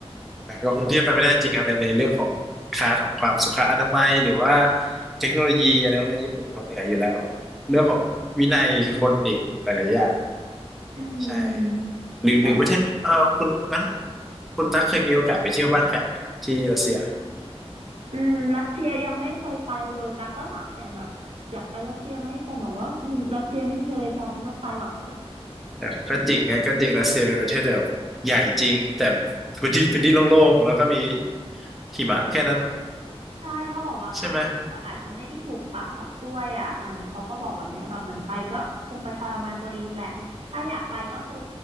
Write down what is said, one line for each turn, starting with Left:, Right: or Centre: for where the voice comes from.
Centre: แต่ก็คงเทียบกันไม่ได้จริงๆครับในในเรื่องของคลาสของความสุขอนามัยหรือว่าเทคโนโลยีอะไรพวกเนี้ยญี่ปุ่นเขาเหนืออยู่แล้วเรื่องของวินัยคนอีกหลายๆอย่าง
Right: อืมแต่
Centre: ใช่หรือหรือประเทศเออคุณนั้นคุณตั๊กเคยมีโอกาสไปเที่ยวบ้านแฟนไหมครับที่รัสเซีย
Right: อืมรัสเซียยังไม่เคยไปเลยแต่ก็ถามแฟนแบบอยากไปรัสเซียไหมแฟนบอกว่าอืมรัสเซียไม่มีอะไรจ้าไม่ต้องไปหรอก
Centre: แต่ก็จริงนะก็จริงรัสเซียเป็นประเทศแบบใหญ่จริงแต่พื้นที่พื้นที่โล่งๆแล้วก็มีหิมะแค่นั้น
Right: ใช่เขาบอกว่าอาหารก็อาจจะไม่ได้ถูกปากปักต้วยอ่ะมันเขาก็บอกแบบเนี้ยแบบมันไปก็คงไปทรมานตัวเองแหละถ้าอยากไปก็คือ
Centre: ใช่ไหม